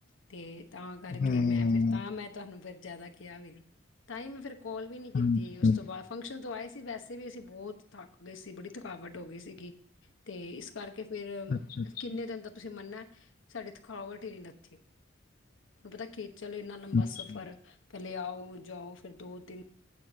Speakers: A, on the left; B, on the left.
A: ਤੇ ਤਾਂ ਕਰਕੇ
B: ਹੂੰ
A: ਮੈਂ ਫਿਰ ਤਾਂ ਮੈਂ ਤੁਹਾਨੂੰ ਫਿਰ ਜਿਆਦਾ ਕਿਹਾ ਵੀ ਨੀਂ, ਤਾਂ ਹੀ ਮੈਂ ਫਿਰ ਕਾਲ ਵੀ ਨੀ ਕੀਤੀ,
B: ਹਾਂਜੀ
A: ਉਸ
B: ਹਾਂਜੀ,
A: ਤੋਂ ਬਾਅਦ ਫੰਕਸ਼ਨ ਤੋਂ ਆਏ ਸੀ। ਵੈਸੇ ਵੀ ਅਸੀਂ ਬਹੁਤ ਥੱਕ ਗਏ ਸੀ ਬੜੀ ਥਕਾਵਟ ਹੋ ਗਈ ਸੀ। ਤੇ ਇਸ ਕਰਕੇ ਫਿਰ
B: ਅੱਛਾ ਅੱਛਾ
A: ਕਿੰਨੇ ਦਿਨ ਤੇ ਤੁਸੀਂ ਮੰਨਨਾ ਸਾਡੀ ਥਕਾਵਟ ਈ ਨਈਂ ਲੱਥੀ ਤੁਨੂੰ ਪਤਾ ਕੀ ਚੱਲ ਇੰਨਾ ਲੰਬਾ
B: ਅੱਛਾ
A: ਸਫ਼ਰ ਪਹਿਲੇ ਆਓ ਜਾਓ ਫਿਰ ਦੋ ਤਿੰਨ